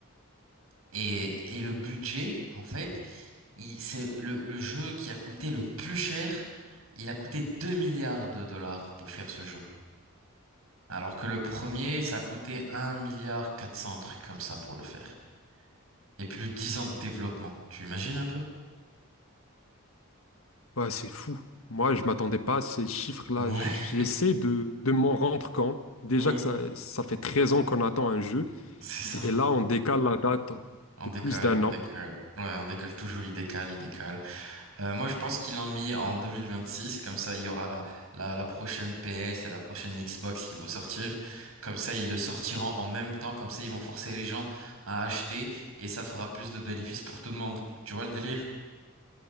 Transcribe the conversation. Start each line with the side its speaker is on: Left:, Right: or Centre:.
Right: Et, et le budget, en fait. Il- C'est le, le jeu qui a coûté le plus cher. Il a coûté 2 milliards de dollars pour faire ce jeu. Alors que le premier, ça a coûté un milliard 400, un truc comme ça pour le faire. Et plus de 10 ans de développement. Tu imagines un peu?
Left: Ouais, c'est fou. Moi, je m'attendais pas à ces chiffres-là.
Right: Ouais,
Left: J'essaie de, de m'en rendre compte. Déjà
Right: ouais.
Left: que ça, ça fait 13 ans qu'on attend un jeu.
Right: C'est ça.
Left: Et et là, on décale la date
Right: On
Left: de
Right: décale,
Left: plus d'un
Right: on décale.
Left: an.
Right: Ouais, on décale toujours, il décale, il décale. Euh, moi, je pense qu'ils l'ont mis en 2026. Comme ça, il y aura la, la, la prochaine PS et la prochaine Xbox qui vont sortir. Comme ça, ils le sortiront en même temps. Comme ça, ils vont forcer les gens à acheter et ça fera plus de bénéfices pour tout le monde. Tu vois le délire?